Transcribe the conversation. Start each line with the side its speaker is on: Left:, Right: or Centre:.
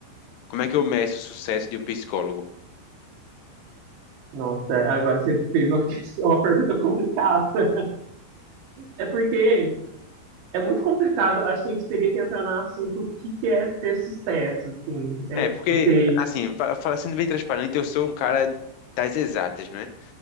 Left: Como é que eu meço o sucesso de um psicólogo?
Right: Nossa, agora você fez uma, <laughs> uma pergunta complicada. É porque É muito complicado, acho que a gente teria que entrar no assunto o que que é ter sucesso, assim, é
Left: É,
Right: tipo
Left: porque,
Right: ter,
Left: assim, fa- fala- sendo bem transparente, eu sou um cara das exatas, não é?